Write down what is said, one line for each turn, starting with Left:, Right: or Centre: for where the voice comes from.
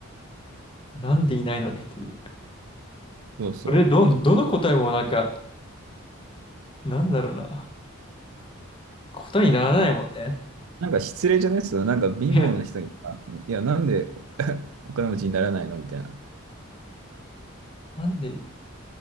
Left: なんでいないのっていう。
Right: そうそう。
Left: それどどの答えもなんか、なんだろうな。ことにならないもんね。
Right: なんか失礼じゃないっすよ。なんか貧乏な人にさ、
Left: いや
Right: いや、なんで <laughs> お金持ちにならないのみたいな。
Left: なんで、い